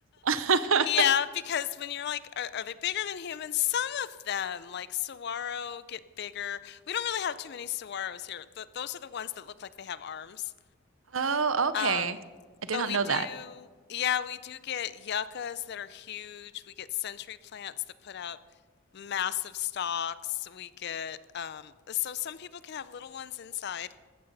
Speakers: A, on the right; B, on the left.
A: <laughs>
B: Yeah, because when you're like, are, are they bigger than humans? Some of them, like saguaro, get bigger. We don't really have too many saguaros here. Th those are the ones that look like they have arms.
A: Oh, okay.
B: Um,
A: I did
B: but
A: not
B: we
A: know
B: do,
A: that.
B: yeah, we do get yuccas that are huge. We get century plants that put out massive stalks. We get, um, so some people can have little ones inside,